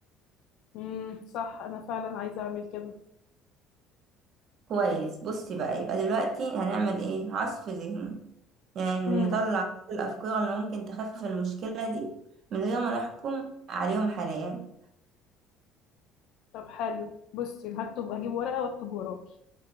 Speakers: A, on the left; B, on the right.
A: امم صح انا فعلا عايزه اعمل كده
B: كويس بصي بقى يبقى دلوقتي هنعمل ايه عصف ذهني يعني
A: امم
B: نطلع كل الافكار اللي ممكن تخفف المشكلة دي من غير ما نحكم عليهم حاليا
A: طب حلو بصي أنا هكتب هجيب ورقه واكتب وراكي